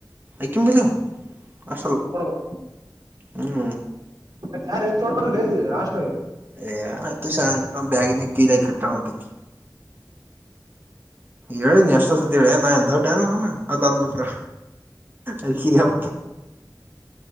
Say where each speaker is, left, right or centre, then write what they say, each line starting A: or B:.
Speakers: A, on the right (about 25°); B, on the right (about 60°).
A: ಕ್ಕಿಮ ಬ ಅ
B: ಕೊಡ್ಬೇಕು
A: ಹ್ಮ
B: ಮತ್ತೆ ಯಾರ ಚೋಟ್ರ್ವಿ ಅಷ್ಟ
A: ಏ ಆ ಶ ಬಗಿನ ಕೀದಾಗಿ ಕಟ್ಟಣ ಅಂತ ಹೇಳಿ ನೀ ಎಷ್ಟ ಅಸತಿ ಹೇಳಿ ನಾ ಎಏನ್ ದೊಡ್ಡ ಅನ ನಾನ ಅದ ಅಂದ್ಬ ಬಿಡ್ತಾರ ಅಗ